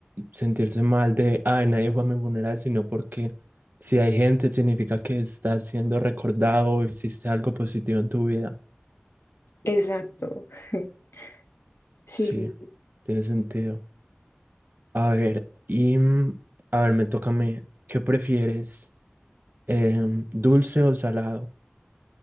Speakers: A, on the right (about 50°); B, on the left (about 85°).
A: sentirse mal de, ay, nadie fue a mi funeral, sino porque si hay gente, significa que estás siendo recordado o hiciste algo positivo en tu vida.
B: Exacto. <laughs> Sí,
A: Sí,
B: sí.
A: tiene sentido. A ver, y mm, a ver, me toca a mí. ¿Qué prefieres? Em, dulce o salado.